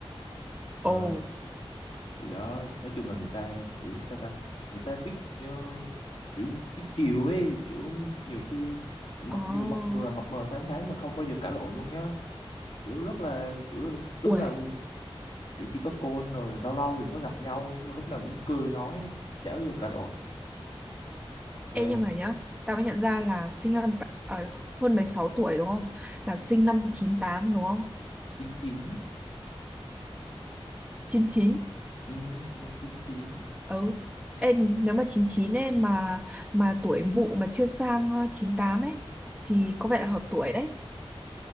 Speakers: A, on the left (about 65°); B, in the centre.
A: Ờ,
B: Ồ.
A: thì đó nói chung là người ta kiểu sao ta người ta biết ờ, kiểu biết chiều ấy kiểu nhiều khi mặc
B: Ồ.
A: dù mặc dù là mập mờ 8 tháng mà không bao giờ cãi lộn luôn nhá kiểu rất là kiểu lúc
B: Ui.
A: nào kiểu chỉ có côn rồi lâu lâu thì mới gặp nhau nhưng mà lúc nào cũng cười nói chả bao giờ cãi lộn Ờ,
B: Ê nhưng mà nhá, tao mới nhận ra là sinh năm t- ờ, hơn 16 tuổi đúng không? Là sinh năm chín tám đúng không?
A: chín chín
B: Chín chín.
A: ừ, sinh năm chín chín
B: Ừ. Ê, nếu mà chín chín ấy mà mà tuổi mụ mà chưa sang ờ, chín tám ấy thì có vẻ là hợp tuổi đấy.